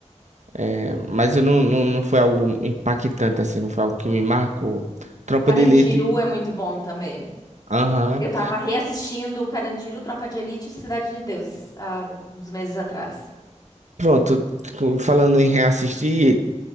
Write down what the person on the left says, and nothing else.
Carandiru
é muito bom também.
Eu tava reassistindo Carandiru, Tropa de Elite e Cidade de Deus, há uns meses atrás.